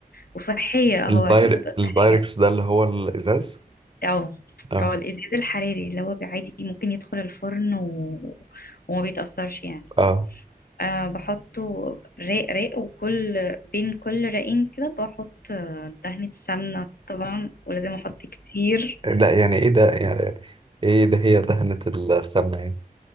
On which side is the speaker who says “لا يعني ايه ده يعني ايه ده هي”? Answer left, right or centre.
Right